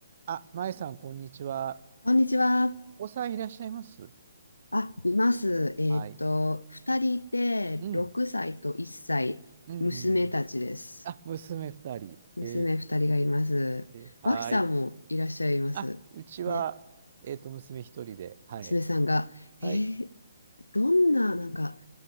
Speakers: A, on the right; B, on the left.
A: あ、まえさん、こんにちは。
B: こんにちは。
A: お子さんいらっしゃいます
B: あ、います。えーっと、
A: はい。
B: 二人いて、
A: うん。
B: 6歳と1歳、
A: うん、
B: 娘たちです。
A: うん、うん。あ、娘二人。
B: 娘二人がいます。
A: えー、
B: 脇さんもいらっしゃいます。
A: はい。あ、うちは、
B: ね、
A: えっと、娘一人で。はい。
B: 娘さんが、
A: はい。
B: えーどんな、なんか、